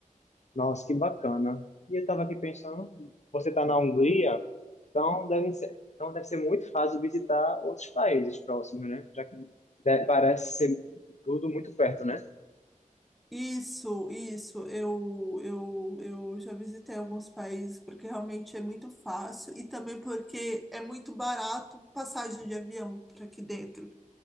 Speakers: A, on the left; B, in the centre.
A: Nossa, que bacana. E eu estava aqui pensando, você está na Hungria, então deve ser, então deve ser muito fácil visitar outros países próximos, né? Já que de- parece ser tudo muito perto, né?
B: Isso, isso, eu, eu, eu já visitei alguns países porque realmente é muito fácil e também porque é muito barato passagem de avião para aqui dentro.